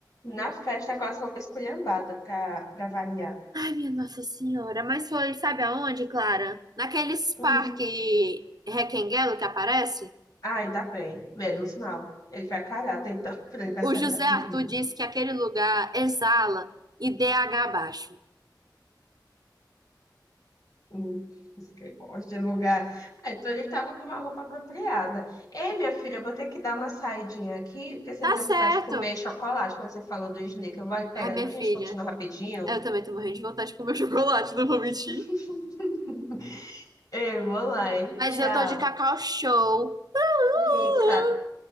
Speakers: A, on the left; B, on the right.
A: Na festa com as roupas esculhambadas pra, pra variar.
B: Ai, minha Nossa Senhora, mas foi, sabe aonde, Clara? Naqueles
A: Hum.
B: parque Requenguelo que aparece,
A: Ah, ainda bem. Menos mal. Ele vai carar, então, <laughs> pro aniversário
B: o José
A: da menina.
B: Arthur disse que aquele lugar exala IDH baixo.
A: Hum, isso que eu gosto de lugar. Ah, então ele tava com uma roupa apropriada. Ei, minha filha, eu vou ter que dar uma saidinha aqui, porque você
B: Tá
A: me deu
B: certo.
A: vontade de comer chocolate quando você falou do Snickers. Eu vou ali pegar
B: Ai,
A: ele
B: minha
A: pra gente
B: filha.
A: continuar rapidinho.
B: Eu também tô morrendo de vontade de comer <laughs> chocolate, não vou mentir.
A: <laughs> Ei, vou lá, hein?
B: Mas
A: Tchau.
B: eu tô de cacau show. Uhul!
A: Rica,